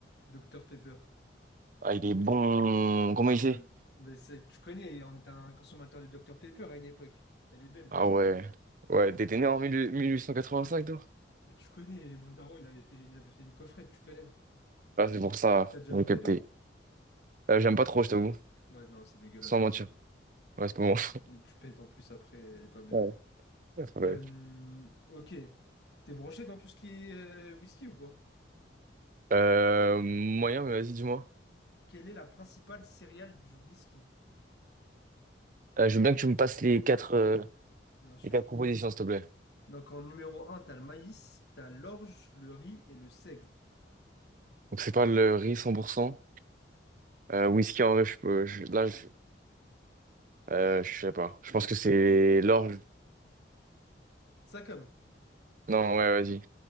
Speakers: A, on the left; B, on the right.
A: Docteur Pepper.
B: Ah, il est bon. Comment
A: Ah
B: il sait?
A: ouais. Ben, c'est- tu connais, on était un consommateur du Docteur Pepper à une époque. Elle est belle.
B: Ah ouais. Ouais, t'étais né en 18- 1885, toi?
A: Mais tu connais, mon daron, il avait fait, il avait fait une coffrette, tu connais.
B: Ah, c'est pour ça,
A: T'as déjà goûté,
B: j'ai capté.
A: toi?
B: Euh, j'aime pas trop, je t'avoue.
A: Ouais, non, c'est dégueulasse
B: Sans
A: en
B: mentir.
A: vrai.
B: Ouais, c'est comment? <laughs>
A: Et tu pètes en plus après, elle est pas belle.
B: Ouais. Ouais, c'est pas mal.
A: Euh, ok. T'es branché dans tout ce qui est euh, whisky ou pas?
B: Euh, moyen, mais vas-y, dis-moi.
A: Quelle est la principale céréale du whisky?
B: Euh, je veux bien que tu me passes les quatre, euh,
A: Bien sûr.
B: les quatre propositions, s'il te plaît.
A: Donc en numéro un t'as le maïs, t'as l'orge, le riz et le seigle.
B: Donc, c'est pas le riz 100%. Euh, whisky en vrai, je peux. je- là, je, euh, je sais pas. Je pense que c'est l'orge.
A: Ça comme.
B: Non, ouais, vas-y.